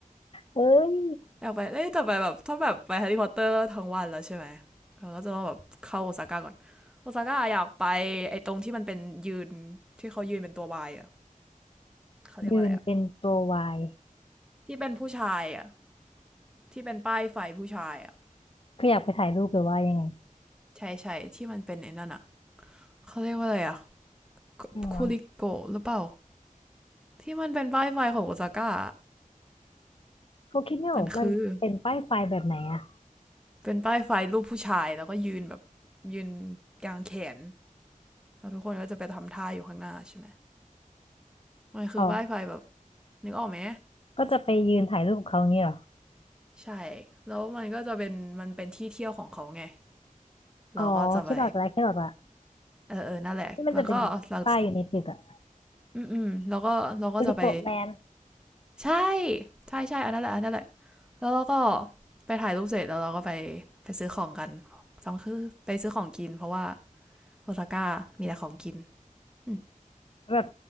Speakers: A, on the left (about 40°); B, in the centre.
A: เอ้ย
B: อยากไปเอ้ยแต่ไปแบบถ้าแบบไปแฮร์รี่พอตเตอร์ทั้งวันแล้วใช่ไหมเราก็จะต้องแบบเข้าโอซาก้าก่อนโอซาก้าอยากไปไอ้ตรงที่มันเป็นยืนที่เขายืนเป็นตัววายอ่ะเขาเรียกว่าอะไรอะ
A: ยืนเป็นตัววาย
B: ที่เป็นผู้ชายอ่ะที่เป็นป้ายไฟผู้ชายอ่ะ
A: คืออยากไปถ่ายรูปหรือว่ายังไง
B: ใช่ใช่ที่มันเป็นไอ้นั่นอ่ะเขาเรียกว่าอะไรอ่ะคูคริโกะหรือเปล่า
A: ไม่วะ
B: ที่มันเป็นป้ายไฟของโอซาก้า
A: เขาคิดไม่ออกมันเป็นป้ายไฟแบบไหนอะ
B: มันคือเป็นป้ายไฟรูปผู้ชายแล้วก็ยืนแบบยืนกลางแขนแล้วทุกคนก็จะไปทำท่าอยู่ข้างหน้าใช่ไหมมันคือป้ายไฟแบบ
A: อ๋อ
B: นึกออกไหม
A: ก็จะไปยืนถ่ายรูปกับเขาอย่างเงี้ยเหรอ
B: ใช่แล้วมันก็จะเป็นมันเป็นที่เที่ยวของเขาไง
A: อ๋อคิดออกแล้วคิดออกละ
B: เราก็จะไปเออเออนั่นแหละแล้วก็เรา
A: ที่มันจะเป็นป้ายอยู่ในตึกอะ
B: อืมอืมแล้วก็เราก็จะไป
A: บริโกะแมน
B: ใช่ใช่ใช่อันนั้นแหละอันนั้นแหละ แล้วเราก็ไปถ่ายรูปเสร็จแล้วเราก็ไปไปซื้อของกันสองคือไปซื้อของกินเพราะว่าโอซาก้ามีแต่ของกินอืม
A: แบบ